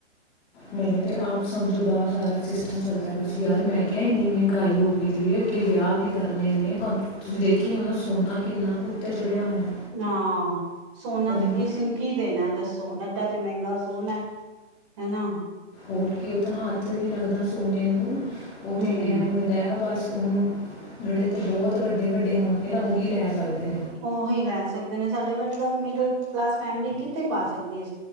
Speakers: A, on the left; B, on the right.
A: ਮੇਰੇ ਤਾਂ ਆਪ ਸਮਝੋ ਬਾਹਰ ਸਾਰਾ ਸਿਸਟਮ ਚੱਲਦਾ ਪਿਆ ਸੀ। ਯਾਰ ਮੈਂ ਕਿਹਾ ਇੰਨੀ ਮਹਿੰਗਾਈ ਹੋ ਹੋਈ ਦੀ ਏ, ਅੱਗੇ ਵਿਆਹ ਵੀ ਕਰਨੇ ਨੇ ਤੁ ਤੁਸੀਂ ਦੇਖਿਆ ਹੋ ਨਾ ਸੋਨਾ ਕਿੰਨਾ ਕੁ ਉਤੇ ਚੜਿਆ ਹੋਇਆ।
B: ਹਾਂ। ਸੋਨਾ
A: ਉਹਨੂੰ
B: ਤੇ ਕਿਸੇ ਨੂੰ ਕੀ ਦੇਣਾ ਦੱਸੋ। ਐਡਾ ਤੇ ਮਹਿੰਗਾ ਸੋਹਨਾ ਐ ਹਨਾ।
A: ਹੋਰ ਕੀ, ਉਹ ਤਾਂ ਹੱਥ ਹੀ ਨੀ ਲੱਗਦਾ ਸੋਨੇ ਨੂੰ। ਉਹ
B: ਹੂੰ
A: ਤੇ ਐਂ ਹੋਏ ਦਾ ਆ ਬਸ ਉਹਨੂੰ ਜਿਹੜੇ ਬਹੁਤ ਵੱਡੇ ਵੱਡੇ ਹੋਣਗੇ ਨਾ ਉਹੀ ਲੈ ਸਕਦੇ ਨੇ।
B: ਉਹੀ ਲੈ ਸਕਦੇ ਨੇ, ਸਾਡੇ <unintelligible> ਮਿਡਲ ਕਲਾਸ ਫੈਮਲੀ ਕਿੱਥੇ ਪਾ ਸਕਦੀ ਏ?